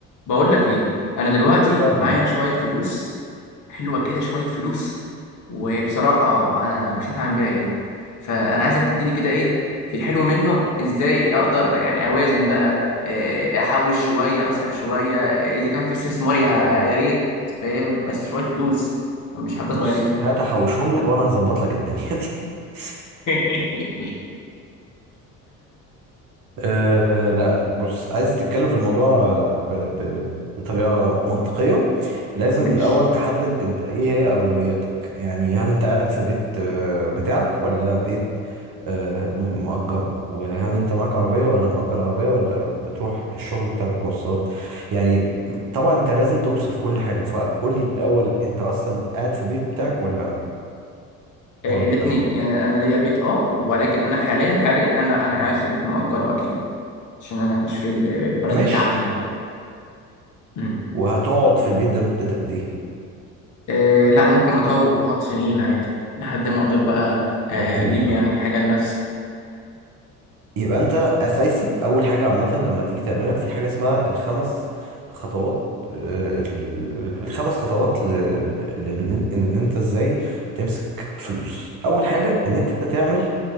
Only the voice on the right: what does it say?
فاهم.
بص
هات احوشهم لك وانا هظبط لك الدنيا دي <laughs>
أه لا بص عايز تتكلم في الموضوع آه، ب ب بطريقة منطقية لازم
الأول تحدد أنت إيه هي أولوياتك يعني هل أنت قاعد في بيت آه، بتاعك ولا بيت آه، م- مأجره وهل أنت معاك عربية ولا مأجر عربية ولا بتروح بالشغل بتاعك بواسطات يعني طبعا أنت لازم توصف كل حاجة فقول لي الأول أنت أصلا قاعد في بيت بتاعك ولا
مأجر
ماشي
وهتقعد في البيت ده لمدة قد ايه
طب حلو
ده
يبقى انت اساسي اول حاجة عامة لما تيجي تعملها في حاجة اسمها الخمس خطوات آه، ال- ال- الخمس خطوات ل- ل- ان انت ازاي تمسك فلوس اول حاجة ان انت تعمل